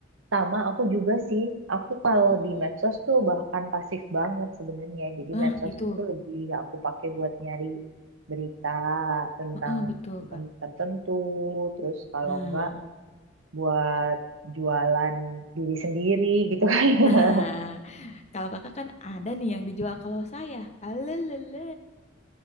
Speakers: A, on the right; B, on the left.
A: Sama aku juga sih, aku kalau
B: Mm-mm.
A: di medsos tuh bahkan pasif banget sebenarnya. Jadi
B: ah
A: medsos
B: itu
A: itu lebih aku pakai buat nyari berita tentang
B: Heeh, betul kak
A: tempat tertentu, terus kalau
B: nah
A: enggak buat jualan diri sendiri gitu <laughs> kan.
B: <laughs> nah kalau kakak kan ada nih yang dijual kalau saya alelele